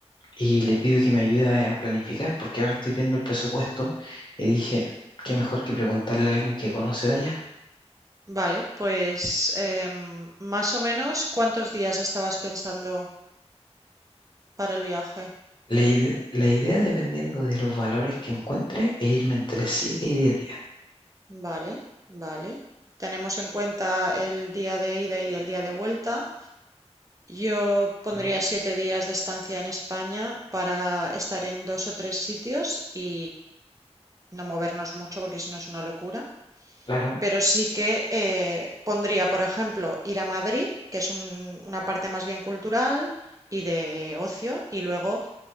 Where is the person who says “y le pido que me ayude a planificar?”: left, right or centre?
Left